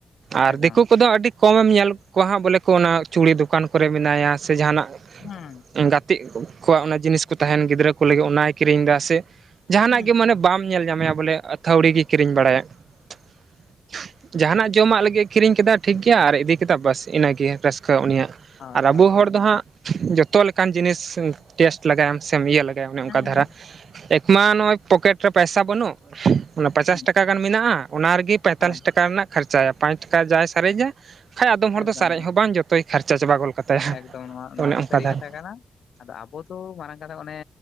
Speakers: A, on the right; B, on the left.
A: ᱟᱨ
B: ᱦᱮᱸ
A: ᱫᱤᱠᱩ ᱠᱚᱫᱚ ᱟᱹᱰᱤ ᱠᱚᱢᱮᱢ ᱧᱮᱞ ᱠᱚᱣᱟ ᱦᱟᱸᱜ ᱵᱚᱞᱮ ᱠᱚ ᱚᱱᱟ ᱪᱩᱲᱤ ᱫᱚᱠᱟᱱ ᱠᱚᱨᱮ ᱢᱮᱱᱟᱭᱟ ᱥᱮ ᱡᱟᱦᱟᱱᱟᱜ
B: ᱦᱩᱸ ᱾
A: ᱜᱟᱛᱮᱜ ᱠᱚᱣᱟᱜ ᱚᱱᱟ ᱡᱤᱱᱤᱥ ᱠᱚ ᱛᱟᱦᱮᱱ ᱜᱤᱫᱽᱨᱟᱹ ᱠᱚ ᱞᱟᱹᱜᱤᱫ ᱚᱱᱟᱭ ᱠᱤᱨᱤᱧ ᱮᱫᱟ ᱥᱮ ᱡᱟᱦᱟᱱᱟᱜ
B: ᱦᱩᱸ
A: ᱜᱮ ᱢᱟᱱᱮ ᱵᱟᱢ ᱧᱮᱞ ᱧᱟᱢᱮᱭᱟ ᱵᱚᱞᱮ ᱟᱹ ᱛᱷᱣᱲᱤ ᱜᱮ ᱠᱤᱨᱤᱧ ᱵᱟᱲᱟᱭᱟ ᱾ ᱡᱟᱦᱟᱱᱟᱜ ᱡᱚᱢᱟᱜ ᱞᱟᱹᱜᱤᱫ ᱮ ᱠᱤᱨᱤᱧ ᱠᱮᱫᱟ ᱴᱷᱤᱠ ᱜᱮᱭᱟ ᱟᱨ ᱤᱫᱤ ᱠᱮᱫᱟ ᱵᱟᱥ ᱤᱱᱟᱹᱜᱮ ᱨᱟᱹᱥᱠᱟᱹ ᱩᱱᱤᱭᱟᱜ
B: ᱦᱳᱭ,
A: ᱟᱨ
B: ᱦᱳᱭ,
A: ᱟᱵᱚ
B: ᱦᱳᱭ,
A: ᱦᱚᱲ ᱫᱚ ᱦᱟᱸᱜ ᱡᱚᱛ ᱛᱚ ᱞᱮᱠᱟᱱ ᱡᱤᱱᱤᱥ ᱴᱮᱥᱴ ᱞᱮᱜᱟᱭᱟᱢ ᱥᱮᱢ ᱤᱭᱟᱹ ᱞᱮᱜᱟᱭᱟ ᱚᱱᱮ
B: ᱦᱮᱸ,
A: ᱚᱱᱠᱟ ᱫᱷᱟᱨᱟ
B: ᱦᱮᱸ,
A: ᱢᱟ ᱱᱚᱜᱼᱚᱭ ᱯᱚᱠᱮᱴ ᱨᱮ ᱯᱚᱭᱥᱟ ᱵᱟᱹᱱᱩᱜ, ᱚᱱᱟ ᱯᱟᱪᱟᱥ
B: ᱦᱮᱸ,
A: ᱴᱟᱠᱟ ᱜᱟᱱ ᱢᱮᱱᱟᱜᱼᱟ ᱚᱱᱟ ᱨᱮᱜᱮ ᱯᱚᱭᱛᱟᱞᱞᱤᱥ
B: ᱦᱳᱭ,
A: ᱴᱟᱠᱟ ᱨᱮᱱᱟᱜ ᱠᱷᱚᱨᱪᱟᱭᱟ ᱾ ᱯᱟᱸᱪ ᱴᱟᱠᱟ ᱡᱟᱭ ᱥᱟᱨᱮᱡᱟ ᱠᱷᱟᱡ ᱟᱫᱚᱢ ᱦᱚᱲ
B: ᱮᱠᱫᱚᱢ,
A: ᱫᱚ ᱥᱟᱨᱮᱡ ᱦᱚᱸ ᱵᱟᱝ ᱡᱚᱛᱚᱭ ᱠᱷᱟᱨᱪᱟ ᱪᱟᱵᱟ <unintelligible>
B: ᱮᱠᱫᱚᱢ ᱱᱚᱣᱟ ᱱᱚᱣᱟ
A: ᱚᱱᱮ ᱚᱱᱠᱟ
B: ᱫᱚ ᱥᱟᱹᱨᱤ
A: ᱫᱷᱟᱨᱟ
B: ᱠᱟᱛᱷᱟ ᱠᱟᱱᱟ ᱾ ᱟᱫᱚ ᱟᱵᱚ ᱫᱚ ᱢᱟᱨᱟᱝ ᱠᱟᱛᱷᱟ ᱚᱱᱮ